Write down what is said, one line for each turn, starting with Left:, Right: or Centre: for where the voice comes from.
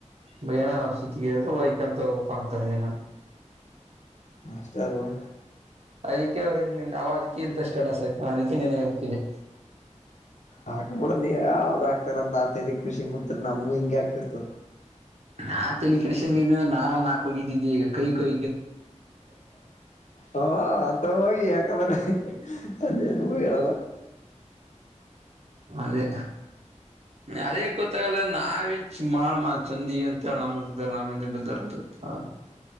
Right: ಬೈಯನ ಅವ್ರ್ ಸಿಟಿಗೇರಿದರು ವೈಕೊಂತಹೋಗ ಪಾ ಅಂದೆ ನಾ
Left: ಅಷ್ಟಾ ಅದ ಬಿಡು
Right: ಅದಕೆ ಅವರ ಅವ ಇಂತಾ ಸ್ಟೇಟಸ್ ಹಾಕಿದ ಅದ್ಕೆ ನಿನಗ ಹಾಕಿದೆ
Left: ಹಾಕಲಿ ಬಿಡು ನಿ ಅವರ ಹಾಕತರ್ ಅಂತ ನಾವ ತೇಲಿ ಕೆಡಿಸ್ಕೊಂಡು ಕುಂತ್ರು ಹಂಗೆ ಆಗುತ್ತಾ
Right: ನಾ ತಲೆಕೆಡಿಸಿಗೊಂಡಿದ್ದರೆ ನಾನ ಒಂದ ನಾಲ್ಕು ಹೋಗಿತಿದ್ದೆ ಕೈ ಪೈ
Left: ಹ ಅಂತವ್ ಹೊಗಿ ಯಾಕ ಅಂದ್ರ ಅಲ್ಲಿ ಹೊಗೆದ ಅಲ್ಲ
Right: ಅದೆ ಅದೇ ಗೊತ್ತಾ ಆಗಲ್ಲಾ ಆಗೈತಿ ನಾವ ಎನ್ ಚೆಂದ ಅದಿವಿ ನಮ್ಮ ಇಂದ ಬಿದ್ದರ ನಮ್ಮ ಇಂದ ಬಿದ್ದರ್ ಗೊತ್ತಾಗಲ್ಲ